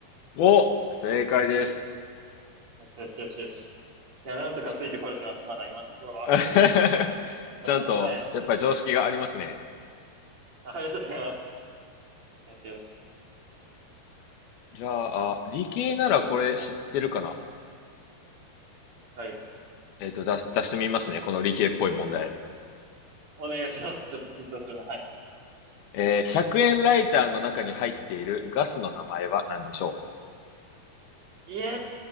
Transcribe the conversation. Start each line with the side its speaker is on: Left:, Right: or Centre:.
Left: お、正解です。
Right: よしよしよしよし。いや、なんとかついてこれてます。まだ今のところは。
Left: <laughs>
Right: <laughs> よかった。
Left: ちゃんと、
Right: はい。
Left: やっぱ常識がありますね。
Right: あありがとうございます。よしよし。
Left: じゃあ、あ理系ならこれ知ってるかな
Right: はい。はい。
Left: えっと、出し、出してみますね。この理系っぽい問題。
Right: おお願いします。ちょっと緊張するな。はい。
Left: えー、100円ライターの中に入っているガスの名前は何でしょう
Right: いえ